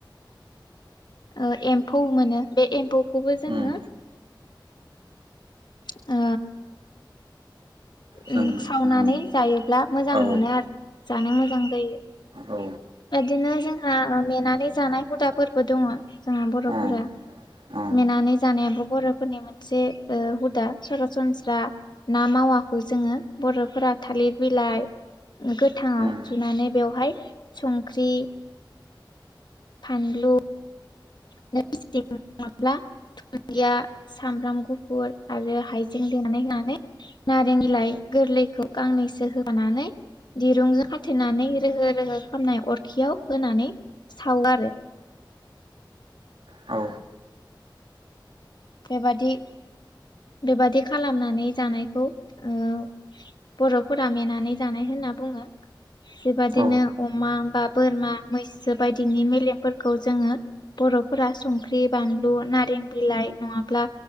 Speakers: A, on the left; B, on the right.
A: ओ एम्फौ मोनो बे एम्फौखौबो जोङो
B: उम
A: ओ
B: जों
A: ओ सावनानै
B: उम
A: जायोब्ला मोजां
B: औ
A: मोनो आरो जानो मोजां जायो
B: औ
A: बिदिनो जोंहा मेनानै जानाय हुदाफोरबो दङ जोंहा बर'फोरा
B: उम उम
A: मेनानै जानायाबो बर' फोरनि मोनसे हुदा सरासनस्रा ना मावा खौ जोङो बर'फोरा थालिर बिलाइ गोथाङाव
B: उम
A: जुनानै बेवहाय संख्रि फान्लु <unintelligible> दुन्दिया सामब्राम गुफुर आरो हाइजें देनानै होनानै नारें बिलाइ गोरलैखौ गांनैसो होनानै दिरुंजों खाथेनानै रोहो रोहो खालामनाय अरखियाव होनानै सावो आरो
B: औ
A: बेबादि बेबादि खालामनानै जानायखौ ओ बर'फोरा मेनानै जानाय होनना बुङो बेबादिनो
B: औ
A: अमा बा बोरमा मैसो बायदिनि मेलेमफोरखौ जोङो बर'फोरा संख्रि बानलु नारें बिलाइ नङाब्ला